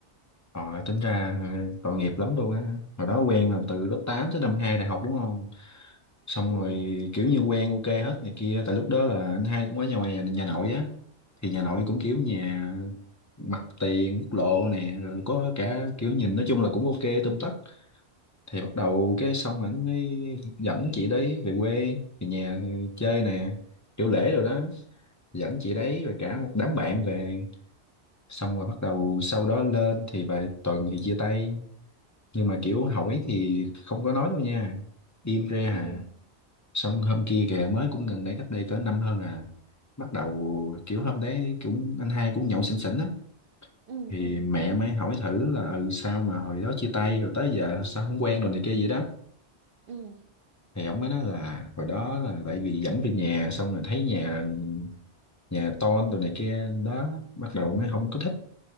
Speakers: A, on the left (about 15°); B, on the right (about 60°).
A: ờ tính ra ừ, tội nghiệp lắm luôn á hồi đó quen là từ lớp 8 tới năm 2 đại học đúng không xong
B: Ừ,
A: rồi kiểu như quen ok hết này kia tại lúc đó là anh hai cũng ở nhà ngoài nhà, nhà nội á thì nhà nội cũng kiểu nhà mặt tiền quốc lộ nè rồi có cả kiểu nhìn nói chung là cũng ok tươm tất thì bắt đầu cái xong ảnh mới dẫn chị đấy về quê về nhà chơi nè kiểu lễ rồi đó dẫn chị đấy rồi cả một đám bạn về xong rồi bắt đầu sau đó lên thì vài tuần thì chia tay nhưng mà kiểu hỏi thì không có nói đâu nha im re
B: ừ,
A: à xong hôm kia kìa mới cũng gần đây cách đây cỡ năm hơn à bắt đầu kiểu hôm đấy cũng anh hai cũng nhậu xỉn xỉn á
B: ừ,
A: thì
B: ừ,
A: mẹ mới hỏi thử là ừ sao mà hồi đó chia tay rồi tới giờ sao không quen rồi này kia vậy đó
B: ừ.
A: thì ông mới nói là hồi đó là tại vì dẫn về nhà xong rồi thấy nhà nhà tôn đồ này kia đó bắt đầu mới không có thích